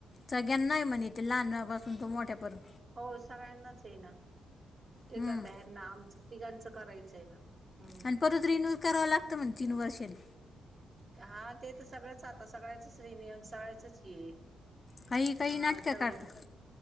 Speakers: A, on the left; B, on the right.
A: सगळ्यांना आहे म्हणे इथे लहान पासून तो मोठ्या पर्यत.
B: हो सगळ्यांनाच आहे ना तेच
A: हम्म
B: आता यांना तिघांचं करायचं आहे ना? हम्म
A: आणि परत रिन्यू कराव लागतं म्हणे तीन वर्षांनी.
B: हा ते तर सगळंच आता सगळ्याचच रिन्यू सगळ्याचच हे ये
A: काही काही
B: हा
A: नाटकं
B: सगळंच.
A: काढता